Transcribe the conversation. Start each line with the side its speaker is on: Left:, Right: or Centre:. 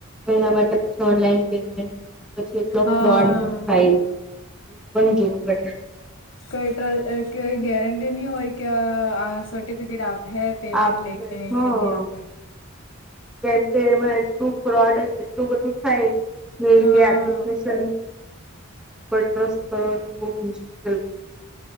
Centre: એના માટે પછી ઓનલાઈન પેમેન્ટ પછી એટલો
Left: હા
Centre: ફ્રોડ થાય એ પણ જોવા પે
Left: કોઈ ટ્ર કોઈ ગારંટી નહીં હોય કે સર્ટીફિકેટ આપે હૈ. પેમેન્ટ
Centre: આપે
Left: લઈને
Centre: હા
Left: કે ની આપે.
Centre: કેમ કે એમાં એટલું ફ્રોડ જ એટલું બધું થાય. તો એવી
Left: હા
Centre: એપ્લિકેશન પર ટ્રસ્ટ કરવાનું બહુ મુશ્કેલ થાય.